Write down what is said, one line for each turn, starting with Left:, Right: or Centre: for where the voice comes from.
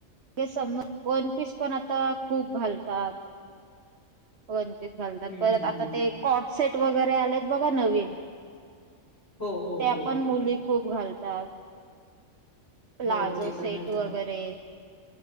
Right: स वन पीस पण आता खूप घालतात. वन पीस घालतात
Left: हं,
Right: परत
Left: हं,
Right: आता
Left: हं.
Right: ते कॉट सेट वगैरे आलेत बघा नवीन.
Left: हो, हो,
Right: त्या
Left: हो.
Right: पण मुली खूप घालतात. प्लाजो
Left: हो, ते पण
Right: सेट
Left: घालतात.
Right: वगैरे